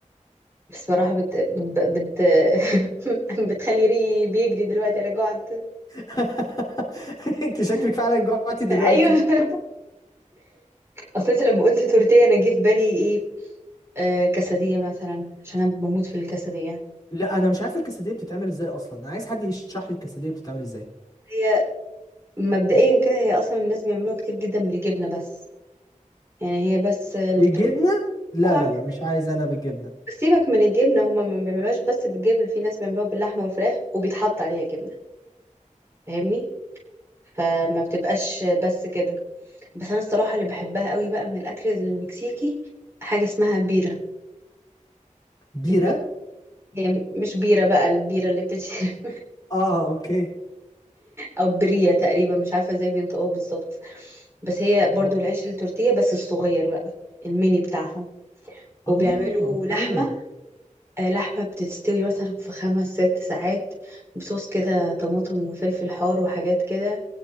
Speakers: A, on the right (about 20°); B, on the left (about 30°).
A: بصراحه بت بت, بت... <laughs> بتخلي ريقي بيجري دلوقتي انا جوعت
B: <laughs> أنت شكلك
A: <laughs>
B: فعلا جوعتي دلوقتي
A: ايوه اصل انت لما قلت تورتيه انا جه في بالي ايه آه كسدية مثلا عشان أنا بموت في الكسدية
B: لا أنا مش عارف الكسدية بتتعمل إزاي أصلا أنا عايز حد يشرح لي الكسدية بتتعمل إزاي
A: هي مبدئيا كده هي أصلا الناس بيعملوها كتير جدا بالجبنة بس يعني هي بس التورتيلا
B: بالجبنة لا
A: اه عاملة
B: لا لا مش
A: زي
B: عايز أنا بالجبنة
A: بس سيبك من الجبنة هما ما بيعملوهاش بس بالجبنة في ناس بيعملوها باللحمة والفراخ وبيتحط عليها جبنة فاهمني فما بتبقاش بس كده بس أنا الصراحة اللي بحبها قوي بقى من الأكل المكسيكي حاجة اسمها بيرة
B: بيرة
A: البيرة هي مش بيرة بقى البيرة اللي بتتشرب
B: آه أوكي
A: او برية تقريبا مش عارفة ازاي بينطقوها بالظبط بس هي برضو
B: آه
A: العيش التورتيه بس الصغير بقى الميني بتاعهم وبيعملوا
B: آه أوكي
A: لحمة آه، لحمة بتستوي مثلا في خمس ست ساعات بصوص كده طماطم وفلفل حار وحاجات كده